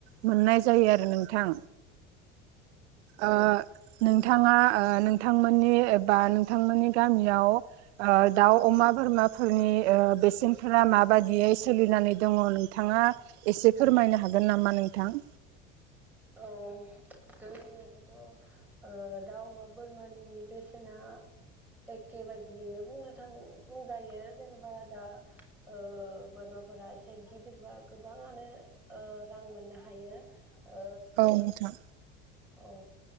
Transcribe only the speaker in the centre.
औ जोंनि आवबोथ'। ओ दाउ, अमा, बोरमानि बेसेना एखे बादियैनो बुंनो थाङो बुंजायो जेनेबा दा ओ बोरमाफोरा एसे गिदिरबा गोबाङानो ओ रां मोननो हायो ओ
औ।